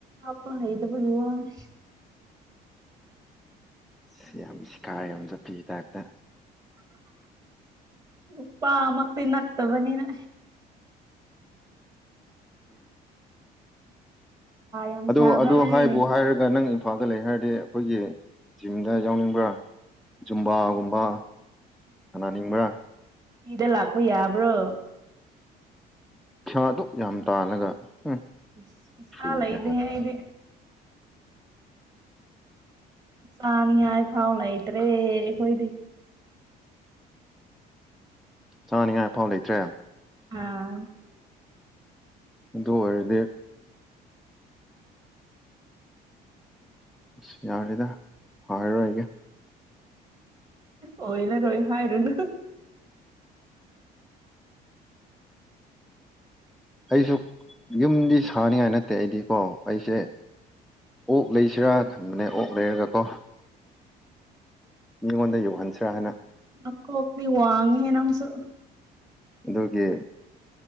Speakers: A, on the right; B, in the centre.
A: ꯑꯄꯗ ꯄꯨ ꯋꯥꯅꯦ
B: ꯁꯤ ꯌꯥꯝ ꯁꯤ ꯀꯥꯔꯦ ꯌꯥꯝꯁꯨꯄꯤꯤ ꯇꯥꯏꯞꯇ
A: <inaudible> ꯅꯨꯄꯥꯃꯛꯇꯤ ꯅꯠꯇꯕꯅꯤꯅ ꯌꯥꯝ
B: ꯑꯗ
A: ꯁꯥꯕ꯭ꯔꯥ
B: ꯑꯗꯨ
A: ꯑꯩ
B: ꯍꯥꯏꯕꯨ ꯍꯥꯏꯔꯒ ꯅꯪ ꯏꯝꯐꯥꯜ ꯑ ꯗ ꯂꯩ ꯍꯥꯏꯔꯗꯤ ꯑꯩꯈꯣꯏꯒꯤ ꯖꯤꯝꯗ ꯌꯥꯎꯅꯤꯡꯕ ꯖꯨꯝꯕꯥꯒꯨꯝꯕ ꯑꯅꯥꯅꯤꯡꯕ꯭ꯔ
A: ꯏꯗ ꯂꯥꯛꯄ ꯌꯥꯕ꯭ꯔꯣ
B: ꯁꯥꯗꯨ ꯌꯥꯝ ꯇꯥꯜꯂꯒ ꯎꯝ
A: ꯁꯁꯂ
B: ꯐ꯭ꯔꯤꯗ
A: ꯏꯗꯦꯦ ꯏꯗꯦ ꯆꯅꯤ ꯌꯥ ꯊꯥꯎ ꯂꯥꯏꯇꯔꯦ ꯈꯣꯏꯗꯤ
B: ꯆꯥꯅꯤꯉꯥꯏ ꯑꯐꯥꯎ ꯂꯩꯇ꯭ꯔꯦ
A: ꯑꯥ
B: ꯑꯗꯨꯗ ꯑꯣꯏꯔꯗꯤ ꯑꯁ ꯌꯥꯔꯦꯗ ꯍꯥꯏꯔꯣꯏ ꯑꯩꯒꯦ
A: ꯑꯣ ꯏꯂ ꯔꯣ ꯍꯥꯏꯔꯅ
B: ꯑꯩꯁꯨ ꯌꯨꯝꯗꯤ ꯁꯥꯅꯤꯡꯉꯥꯏ ꯅꯠꯇꯦ ꯑꯩꯗꯤꯀꯣ ꯑꯩꯁꯦ ꯑꯣꯛ ꯂꯩꯁꯤꯔꯥ ꯈꯟꯕꯅꯦ ꯑꯣꯛ ꯂꯩꯔꯒ ꯀꯣ ꯃꯤꯉꯣꯟꯗ ꯌꯧꯍꯟꯁꯤ꯭ꯔꯥ ꯍꯥꯏꯅ
A: ꯅꯀꯣꯛꯇꯤ ꯋꯥꯉꯦꯍꯦ ꯅꯪꯁꯨ
B: ꯑꯗꯨꯒꯤ